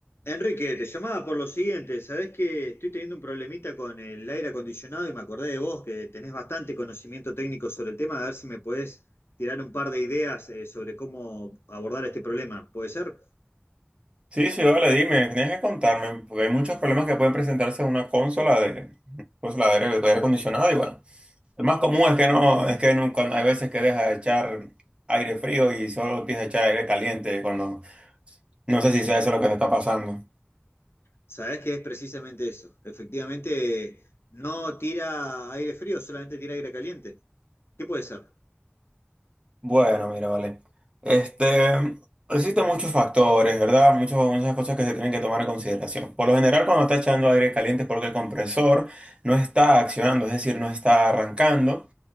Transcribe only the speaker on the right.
Sí, sí, vale, dime, tienes que contarme, porque hay muchos problemas que pueden presentarse en una consola de, consola de aire, de aire acondicionado y bueno, el más común es que no, es que nunca- hay veces que deja de echar aire frío y solo empieza a echar aire caliente cuando, no sé si sea eso lo que te está pasando.
Bueno, mira, vale. Este, existen muchos factores, ¿verdad? Muchas, muchas cosas que se tienen que tomar en consideración. Por lo general, cuando está echando aire caliente es porque el compresor no está accionando, es decir, no está arrancando.